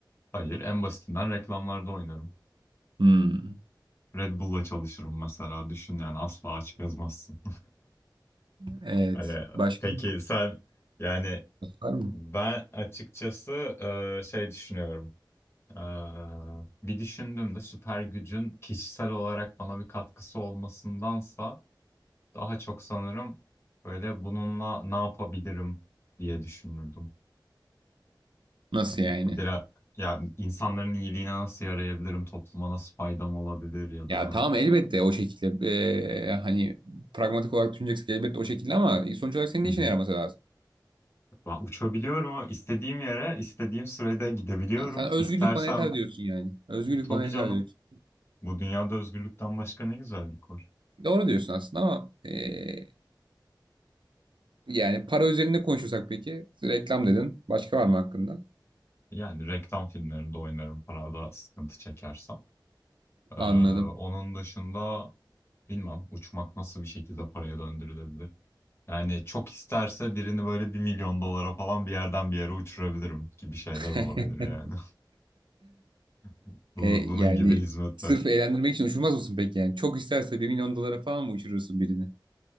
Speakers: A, on the left; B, on the right.
A: Hayır, en basitinden reklamlarda oynarım.
B: Hmm,
A: Red Bull'la çalışırım mesela düşün yani asla aç gezmezsin.
B: evet.
A: <laughs> Öyle.
B: Başka
A: Peki sen yani
B: var mı?
A: ben açıkçası e, şey düşünüyorum. Ee, bir düşündüm de süper gücün kişisel olarak bana bir katkısı olmasındansa daha çok sanırım böyle bununla ne yapabilirim diye düşünürdüm.
B: Nasıl yani?
A: Biraz yani insanların iyiliğine nasıl yarayabilirim, topluma nasıl faydam olabilir ya
B: Ya
A: da
B: tamam elbette o şekilde eee, hani pragmatik olarak düşüneceksin elbette o şekilde ama sonuç olarak senin
A: Hı
B: de
A: hı.
B: işine yaraması lazım.
A: Ben uçabiliyorum ama istediğim yere, istediğim sürede gidebiliyorum.
B: Ha, sen özgürlük
A: İstersem
B: bana yeter diyorsun yani. Özgürlük
A: tabii
B: bana yeter
A: canım.
B: diyorsun.
A: Bu dünyada özgürlükten başka ne güzellik var.
B: Doğru diyorsun aslında ama eee, yani para üzerinde konuşursak peki reklam dedin. Başka var mı hakkında?
A: Yani reklam filmlerinde oynarım, parada sıkıntı çekersem. Ee,
B: Anladım.
A: onun dışında bilmem uçmak nasıl bir şekilde paraya döndürülebilir. Yani çok isterse birini böyle bir milyon dolara falan bir yerden bir yere uçurabilirim gibi şeyler
B: <laughs>
A: olabilir yani. <laughs> Bunu,
B: E,
A: bunun
B: yani
A: gibi hizmetler.
B: sırf eğlendirmek için uçurmaz mısın peki yani? Çok isterse bir milyon dolara falan mı uçurursun birini?